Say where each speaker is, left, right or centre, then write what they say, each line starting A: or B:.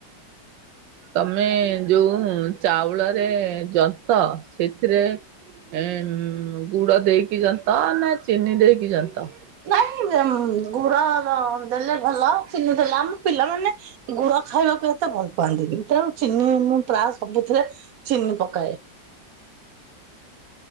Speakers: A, on the right; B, on the right.
A: ତମେ ଯୋଉଁ ଚାଉଳରେ ଯନ୍ତ, ସେଥିରେ ଏମ୍ ଗୁଡ ଦେଇକି ଯନ୍ତ ନା ଚିନି ଦେଇକି ଯନ୍ତ?
B: <unintelligible> ଗୁଡ-ଅ ଦେଲେ ଭଲ ଚିନି ଦେଲେ, ଆମ ପିଲାମାନେ ଗୁଡ ଖାଇବାକୁ ଏତେ ଭଲ ପାଆନ୍ତିନି, ତ ଚିନି ମୁଁ ପ୍ରାୟ ସବୁଥିରେ ଚିନି ପକାଏ।